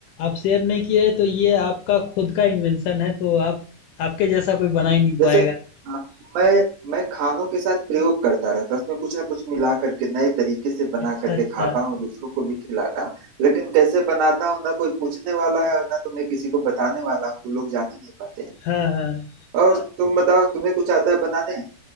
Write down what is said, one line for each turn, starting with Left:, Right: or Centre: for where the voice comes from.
Left: आप शेयर नहीं किए हैं तो ये आपका खुद का इन्वेंशन है तो आप आपके जैसा कोई बना ही नहीं
Right: जैसे
Left: पाएगा।
Right: अ, मैं मैं खानों के साथ प्रयोग करता रहता हूँ उसमें कुछ ना कुछ मिला करके नए तरीके से बना
Left: अच्छा,
Right: करके
Left: अच्छा।
Right: खाता हूँ दूसरों को भी खिलाता हूँ लेकिन कैसे बनाता हूँ ना कोई पूछने वाला है ना तो मैं किसी को बताने वाला हूँ तो लोग जान ही नहीं पाते हैं
Left: हाँ, हाँ।
Right: और तुम बताओ तुम्हें कुछ आता है बनाने